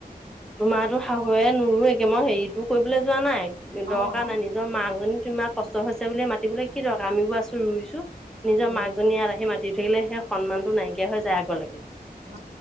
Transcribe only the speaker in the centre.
তোমাৰটো শাহুৱে নোৰোয়েগে মই হেৰিটো কৰিবলৈ যোৱা নাই
দৰকাৰ
নাই নিজৰ মাকজনী তোমাৰ কষ্ট হৈছে বুলি মাতিবলে কি দৰকাৰ আমিবোৰ আছো ৰুইছো নিজৰ
মাকজনী ইয়াত আহি মাটি ৰুই থাকিলে সেই সন্মানটো নাইকিয়া হৈ যায় আগলৈকে